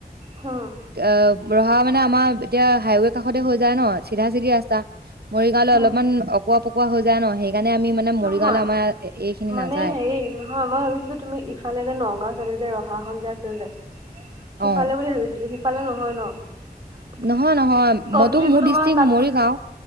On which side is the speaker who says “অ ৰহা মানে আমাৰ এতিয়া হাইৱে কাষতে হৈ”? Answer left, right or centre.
Right